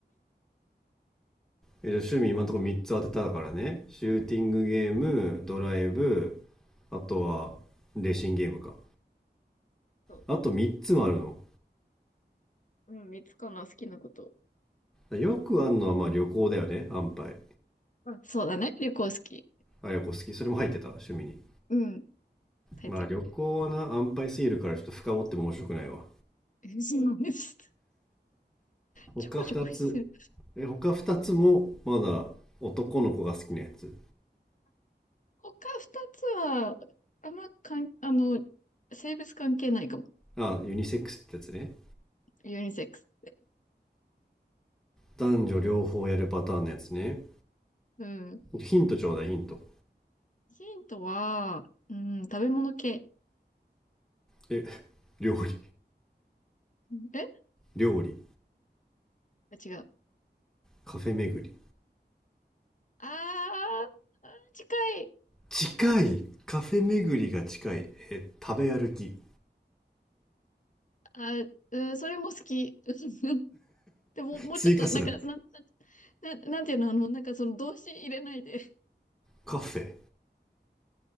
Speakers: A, in the centre; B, on the left.
A: え、じゃあ趣味今のところ3つ当てたからね。シューティングゲーム、ドライブ、あとはレーシングゲームか。
B: そう。
A: あと3つもあるの。
B: うん、三つかな、好きなこと。
A: よくあるのはまあ旅行だよね、安牌。
B: あ、そうだね。旅行好き。
A: あ、旅行好き。それも入ってた、趣味に。
B: うん。大抵。
A: まあ旅行はな安牌すぎるからちょっと深掘っても面白くないわ
B: <laughs>
A: 他2つ
B: ちょこちょこする。
A: え他2つもまだ男の子が好きなやつ
B: 他二つは、あんまかん、あの、性別関係ないかも。
A: あユニセックスってやつね
B: ユニセックス。
A: 男女両方やるパターンのやつね
B: うん。
A: ヒントちょうだいヒント
B: ヒントは、うん、食べ物系。
A: え料理
B: え
A: 料理
B: あ違う。
A: カフェ巡り
B: あー、あー近い。
A: 近いカフェ巡りが近いえ食べ歩き
B: あ、うん、それも好き。<laughs> でも、もうちょっと、
A: 追加する
B: なんか、なん、なん、なんていうの、あの、なんかその動詞入れないで。
A: カフェ